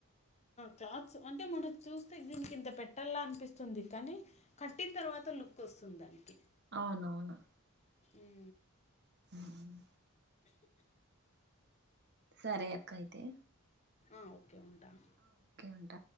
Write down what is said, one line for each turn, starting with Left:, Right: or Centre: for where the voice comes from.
Left: క్లాత్స్ అంటే మనకు చూస్తే దీనికి ఇంత పెట్టాల అనిపిస్తుంది కానీ కట్టిన తర్వాత లుక్ వస్తుంది దానికి
Right: అవునవును
Left: మ్మ్.
Right: ఉమ్. సరే అక్కయితే
Left: ఆఓ కే ఉంటాం
Right: ఉంటా